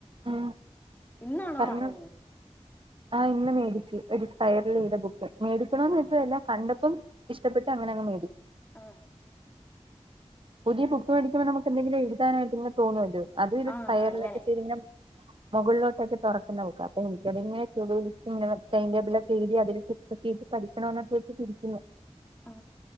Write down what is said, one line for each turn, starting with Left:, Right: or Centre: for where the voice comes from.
Right: ഉം
Left: ഇന്നാണോ
Right: പറഞ്ഞോ
Left: വാങ്ങിയെ
Right: ആ ഇന്ന് മേടിച്ചു ഒരു സ്പൈറൽ ചെയ്ത ബുക്ക് മേടിക്കണന്ന്
Left: ആഹ്
Right: വെച്ചല്ല കണ്ട ഇപ്പം ഇഷ്ടപ്പെട്ട് അങ്ങനെ അങ് മേടിച്ച്
Left: ആ
Right: പുതിയ ബുക്ക്‌ വെടിച്ചപ്പോ നമുക്ക് എന്തെിലും എഴുതാനായിട്ട് തോന്നുവല്ലോ അത് ഇത്
Left: ആഹ്
Right: സ്പയറൽൊക്കെ
Left: അങ്ങനെ
Right: ചെയ് <inaudible> മുകളിലോട്ടൊക്കെ തുറക്കുന്ന ബുക്കാ അപ്പൊ എനിക്കങ്ങന ടൈംടബി ഒക്കെ എഴ അതിൽട്ട് പഠിക്കണ എന്നക്ക വെച്ചിട്ടിരിക്കുന്നു
Left: ആ